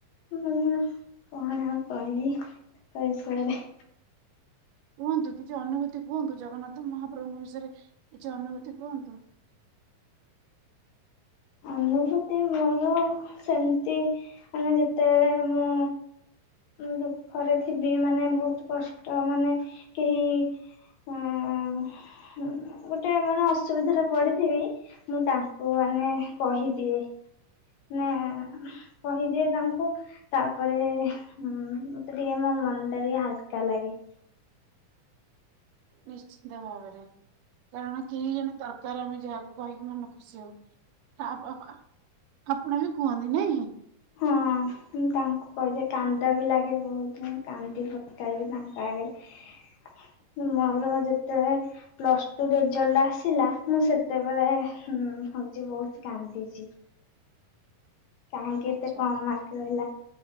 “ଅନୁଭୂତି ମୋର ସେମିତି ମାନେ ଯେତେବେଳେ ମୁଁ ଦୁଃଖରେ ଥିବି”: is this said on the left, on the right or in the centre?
Left